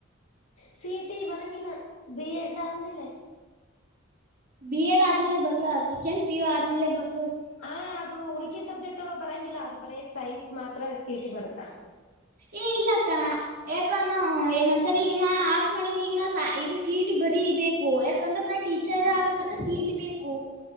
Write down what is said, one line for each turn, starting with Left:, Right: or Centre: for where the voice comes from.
Left: C T ಬರಂಗಿಲ್ಲ ಬಿ ಎಡ್ ಆದ್ಮೇಲೆ.
Right: ಬಿ ಎಡ್ ಆದ್ಮೇಲೆ ಬರ್ಲಾ ಸೆಕೆಂಡ್ ಪಿ ಯು ಆದ್ಮೇಲೆ ಬರ್
Left: ಹ ಅದು ಹಡುಕಿ ಸಬ್ಜೆಕ್ಟ್ನಳ ಬರಂಗಿಲ್ಲ ಅದು ಬರೀ ಸೈನ್ಸ್ ಮಾತ್ರ ಸಿಟಿ ಬರುತ್ತಾ.
Right: ಏ ಇಲ್ಲ ಅಕ್ಕ ಯಾಕ ನಾ ಏನಂತಾರೆ ಈಗ ನ ಆರ್ಟ್ಸ್ ಮಾಡಿ ಈಗ ನ ಇದು ಸಿಇಟಿ. ಬರೀ ಬೇಕು ಯಾಕಂದ್ರ ನಾ ಟೀಚರ್ ಆಗ್ಬೇಕಂದ್ರೆ ಸೀಟ್ ಬೇಕು.